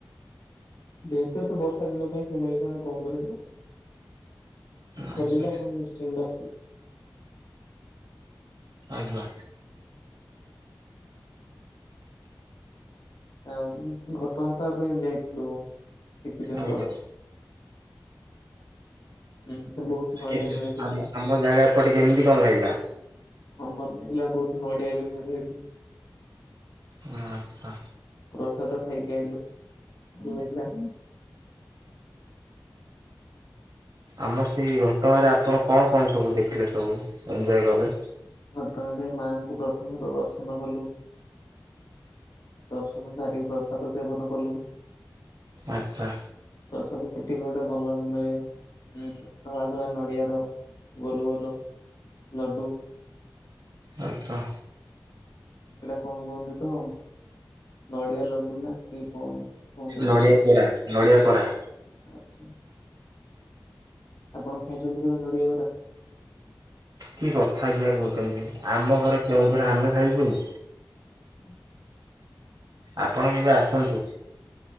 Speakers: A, on the left; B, on the right.
A: ଯେହେତୁ ଏବେ ବର୍ଷା ଦିନ ପାଇଁ ଶିମିଳିପାଳ ବନ୍ଦ ରହିବ।
B: ଆଚ୍ଛା
A: ଖୋଲିଲେ ଆପଣ ନିଶ୍ଚିନ୍ତ ଆସିବେ।
B: ଆଜ୍ଞା।
A: ଆଉ ଘଟଗାଁ ତ ଆମେ ଯାଇଥିଲୁ କିଛି ଦିନ
B: ଆଜ୍ଞା
A: ତଳେ। ଉଁ, ସେ ବହୁତ ନଡିଆ
B: କେମିତି
A: ମିଳେ ସେଠି
B: ଆମ ଆମ ଜାଗା ଏପଟେ କେମିତି କଣ ଲାଗିଲା?
A: ହଁ ଭଲ ଲାଗିଲା ବହୁତୁ ନଡିଆ ବି ମିଳେ ଏଇଠି
B: ଆଚଛା।
A: ପ୍ରସାଦ ଖାଇକି ଆଇଲୁ ଭଲ ଲାଗିଲା।
B: ଆମ ସେଇ ଘଟଗାଁରେ ଆପଣ କଣ କଣ ସବୁ ଦେଖିଲେ ସବୁ ଏଞଜୟ କଲେ?
A: ଘଟଗାଁ ମାଆଙ୍କୁ ପ୍ରଥମେ ପ୍ରଦର୍ଶନ କଲୁ। ଦର୍ସନ ସାରିକି ପ୍ରସାଦ ସେବନ କଲୁ।
B: ଆଚ୍ଛା।
A: ପ୍ରସାଦ ସେଠି ଗୋଟେ ଭଲ ମିଳେ ଉଁ ଧଳା ଧଳା ନଡିଆର। ଗୋଲ ଗୋଲ ଲଡୁ।
B: ଆଚ୍ଛା।
A: ସେଇଟା କଣ କୁହନ୍ତି ତ ନଡିଆ ଲଡୁ ନା କି କଣ। କୁହନ୍ତି ଗୋଟେ
B: ନଡିଆ
A: ତାକୁ
B: କରା ନଡ଼ିଆ କୋରା।
A: ଆଚ୍ଛା। ଆପଣ ଖାଇଛନ୍ତି କେବେ ନଡିଆ ଗରା।
B: କି କଥା ଆଜ୍ଞା କହୁଛନ୍ତି ଆମ ଘର କେଉଁଝର ଆମେ ଖାଇବୁନି।
A: ଆଚ୍ଛା।
B: ଆପଣ କେବେ ଆସନ୍ତୁ